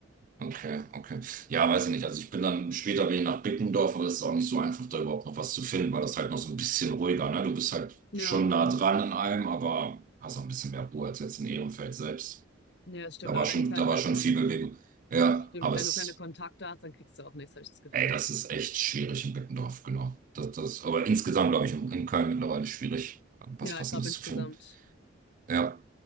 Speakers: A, on the right; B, on the left.
A: okay, okay. Ja, weiß ich nicht. Also ich bin dann später bin ich nach Bickendorf, aber es ist auch nicht so einfach, da überhaupt noch was zu finden, weil das halt noch so ein bisschen ruhiger, ne? Du bist halt
B: Ja,
A: schon nah dran an allem, aber hast auch ein bisschen mehr Ruhe als jetzt in Ehrenfeld selbst.
B: ja, das stimmt.
A: Da war
B: Aber
A: schon,
B: wenn du keine,
A: da war schon
B: Kon
A: viel Bewegung. Ja,
B: das stimmt,
A: aber
B: wenn
A: es,
B: du keine Kontakte hast, dann kriegst du auch nichts, habe ich das Gefühl.
A: ey, das ist echt schwierig in Beckendorf, genau. Das, das, aber insgesamt, glaube ich, in, in Köln mittlerweile schwierig, was
B: Ja,
A: Passendes
B: ich glaube insgesamt.
A: zu finden. Ja.